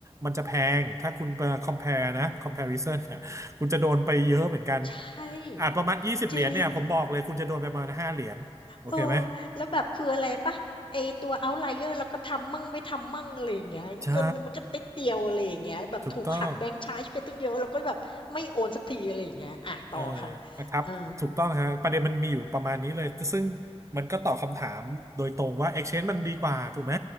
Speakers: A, on the right (about 30°); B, on the left (about 50°).
A: มันจะแพงถ้าคุณมา compare นะ comparison น่ะคุณจะโดนไปเยอะเหมือนกัน
B: ใช่
A: อ่าประมาณยี่สิบเหรียญเนี่ยผมบอกเลยคุณจะโดนไปประมาณห้าเหรียญโอเคไหม
B: จริงเออแล้วแบบคืออะไรเปล่าไอ้ตัว Outlier เราก็ทำมั่งไม่ทำมั่งอะไรอย่างเงี้ยเงินมันก็ติดเดียวอะไรอย่างเงี้ยแบบถูกหักแบงก์ชาร์จไปตั้งเยอะเราก็แบบไม่โอนสักทีอะไรอย่างเงี้ยอาต่อค่ะ
A: ใช่ถูกต้อง เออครับถูกต้องฮะประเด็นมันมีอยู่ประมาณนี้เลยซึ่ง
B: อ๋อ
A: มันก็ตอบคำถามโดยตรงว่า Exchange มันดีกว่าถูกไหม